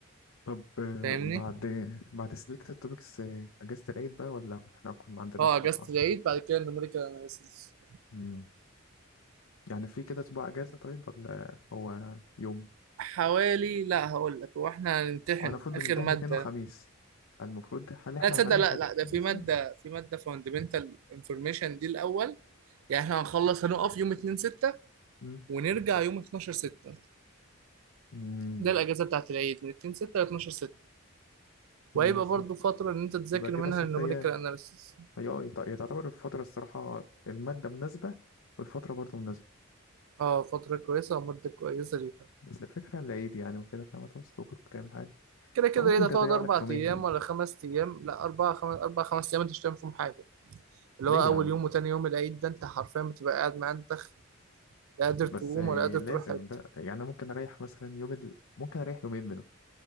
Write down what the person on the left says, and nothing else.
طب آه،
بعد بعد سلكت توبكس اجازه العيد بقى ولا احنا اكون ما عندناش
راحه
مم. يعني في كده اسبوع اجازه طيب ولا هو يوم
هو انا المفروض
بنمتحن
اتنين وخميس فالمفروض هل احنا
هنريح
قد
ايه
مثلا
مم.
مم.
اتنين،
ست
يبقى كده
ست
ايام
هي اه يت- هي تعتبر الفتره الصراحه الماده مناسبه والفتره برضه مناسبه
بس الفكره العيد يعني وكده فما توصل تعمل حاجه
فممكن
تضيع
لك يومين
ليه
يا عم
بس آه،
لازم
بقى يعني انا ممكن اريح مثلا يوم ال... ممكن اريح يومين منهم